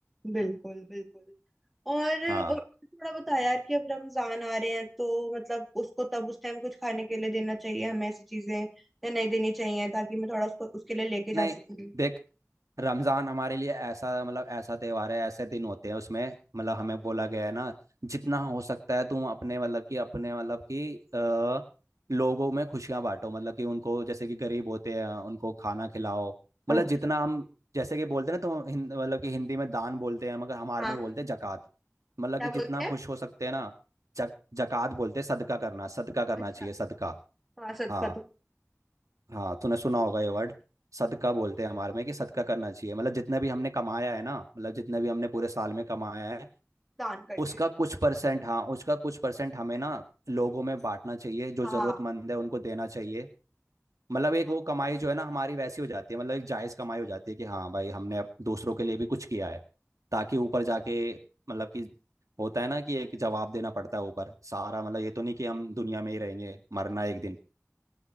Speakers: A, in the centre; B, on the right (about 80°).
A: बिल्कुल बिल्कुल और अ,
B: हाँ
A: थोड़ा बता यार कि अब रमजान आ रहे हैं तो मतलब उसको तब उस टाइम कुछ खाने के लिए देना चाहिए हमें ऐसी चीजें या नहीं देनी चाहिए ताकि मैं थोड़ा उसको उसके लिए लेके
B: नहीं
A: जा सकूं
B: देख रमजान हमारे लिए ऐसा मतलब ऐसा त्योहार है ऐसे दिन होते हैं उसमें मतलब हमें बोला गया है ना जितना हो सकता है तुम अपने मतलब कि अपने मतलब कि अ, लोगों में खुशियां बांटो मतलब कि उनको जैसे कि गरीब होते हैं उनको खाना खिलाओ मतलब
A: अच्छा
B: जितना हम जैसे कि बोलते हैं ना तो हिंद मतलब कि हिंदी में दान बोलते हैं मगर हमारे
A: हाँ
B: में
A: हाँ
B: बोलते
A: हाँ हाँ।
B: हैं जकात मतलब
A: क्या
B: कि
A: बोलते
B: जितना
A: हैं
B: खुश हो सकते हैं ना जक, जकात बोलते हैं सदका करना सदका करना
A: अच्छा
B: चाहिए सदका
A: हाँ सदका
B: हाँ
A: तो
B: हाँ तूने सुना होगा ये वर्ड सदका बोलते हैं हमारे में कि सदका करना चाहिए मतलब जितने भी हमने कमाया है ना मतलब जितने भी हमने पूरे साल में कमाया है
A: दान कर
B: उसका
A: दिया
B: कुछ परसेंट हाँ उसका कुछ परसेंट हमें ना लोगों में बांटना चाहिए जो
A: हाँ
B: जरूरतमंद है उनको देना चाहिए मतलब एक
A: हाँ
B: वो कमाई जो है ना हमारी वैसी हो जाती है मतलब एक जायज कमाई हो जाती है कि हाँ भाई हमने अब दूसरों के लिए भी कुछ किया है ताकि ऊपर जाके मतलब कि होता है ना
A: खा
B: कि एक
A: सकते
B: जवाब
A: हैं।
B: देना पड़ता है ऊपर सारा मतलब ये तो नहीं कि हम दुनिया में ही रहेंगे मरना है एक दिन